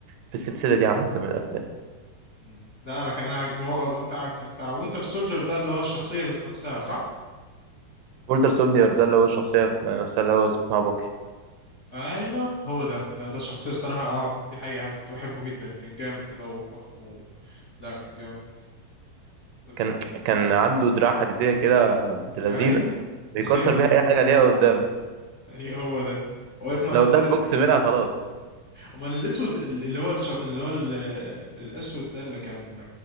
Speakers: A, on the right; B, on the left.
A: في السلسله
B: مم.
A: دي عامه من الافلام
B: مم. لا انا كان انا عاج- هو بتاع بتاع وينتر سولجر ده اللي هو الشخصية ذات نفسها صح؟
A: وينتر سولدير ده اللي هو الشخصيه نفسها اللي هو اسمها باكي
B: ايوه هو ده ده ده شخصية الصراحة اه دي حقيقة انا كنت بحبه جدا كان جامد كده وفخم و... لا كان جامد اتفق.
A: كان كان عنده دراع حديديه كده بنت لذينه
B: ايوه <laughs>
A: بيكسر
B: ايوه بالظبط
A: بيها اي حاجه ليها قدامه
B: ايوه هو ده هو-
A: لو
B: امال
A: اداك بوكس منها خلاص
B: امال الاسود ال- اللي هو الش... اللي هو ال... الاسود ده اللي كان